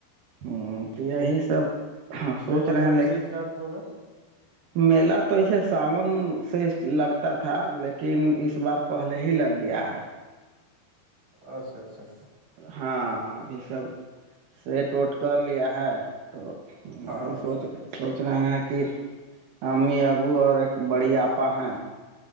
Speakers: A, on the right; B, on the right.
A: ہ تو یہی سب سوچ
B: میلہ
A: رہے
B: کب
A: ہیں لیکن
B: سے اسٹارٹ ہوگا
A: میلا تو اسسے ساون سے لگتا تھا لیکن اس بار پہلے ہی لگ گیا ہے
B: اچھا اچھا
A: ہاں ابھی سب سےیٹ ووٹ کر لیا ہے تو
B: ہاں
A: وہی سوچ رہ سوچ رہے ہیں کہ امی ابو اور ایک بڑی آپا ہیں